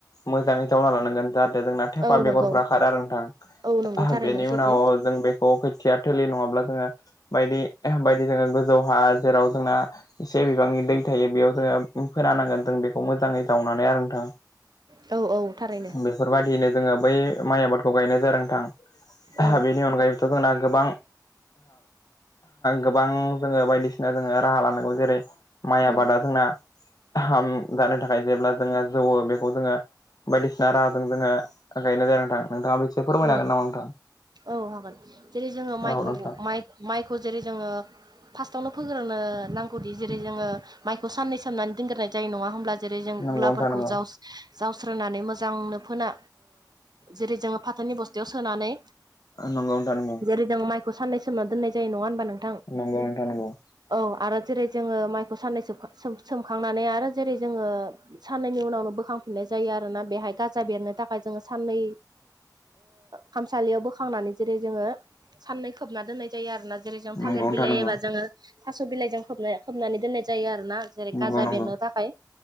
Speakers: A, on the left (about 60°); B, on the right (about 70°).
A: मोजाङै जावना लानांगोन जोंना थेफा
B: औ
A: बेगरफ्रा
B: नंगौ
A: खारा आरो नोंथां
B: औ नंगौ थारैनो
A: बेनि
B: सैथो
A: उनाव जों बेखौ खोथिया थोलि नङाब्ला जोङो बायदि बायदि जोङो गोजौहा जेराव जोंना एसे बिबांनि दै थायो बेयाव जोङो फोनानांगोन जों बेखौ मोजाङै जावनानै आरो नोंथां
B: औ औ थारैनो
A: बे बेफोरबायदियनो जोङो बै माइ आबादखौ गायनाय जादोंथां द
B: औ
A: बेनि अनगायैबोथ' जोंना गोबां गोबां जोङो बायदिसिना जोङो राहा लानांगौ जेरै माइ
B: औ
A: आबादा जोंना गाहाम जानो थाखाय जेब्ला जोङो जौवो बेखौ जोङो बायदिसिना राहाजों जोङो गायनाय जायो नोंथां नोंथाङा बिसे फोरमायनो
B: औ
A: हागोन नामा नोंथां
B: औ हागोन जेरै जोङो माइखौ
A: औ नोंथां
B: माइखौ जेरै जोङो फार्स्टआवनो फोग्रोनो नांगौदि जेरै जोङो माइखौ साननै सामनानै दोनग्रोनाय जायो नङा होमब्ला जेरै जों
A: नंगौ
B: गुलाफोरखौ
A: नोंथां नंगौ
B: जाव जावस्रनानै मोजांनो फोना जेरै जोङो फाथोनि बस्थायाव सोनानै
A: आ नंौथा नंांगं
B: जेरै जों माइखौाननायोमोनना दोननाय जायो नङा होनबा नों
A: नंगौ मिथा नंगौ
B: औ आरो जेरै जोङो माइखौ साननै सोमखांनानै आरो जेरै जोङो साननायनि उनावनो बो बोखांफिननाय जायो आरोोना बेहाय गाजा बेरनो थाखाय जोङो साननै खामसालियाव बोां ो खांनानै जेरै जोङो साननाय खोबना दोननाय जायो आरोोना जेरै जों
A: नंगौ
B: थालिर
A: नोंथां
B: बिलइबा
A: नंगौ
B: जोङो थास' बिलाइजों खोब खोबनानै दोननाय जायो आरो ना जेरै
A: नंगौ
B: गाजा
A: नोंथां
B: बेरनो थाखाय